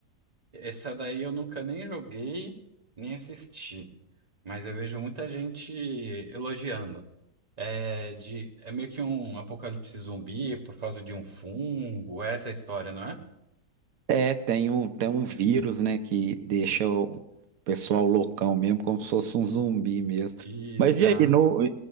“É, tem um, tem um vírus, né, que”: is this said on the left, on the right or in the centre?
Right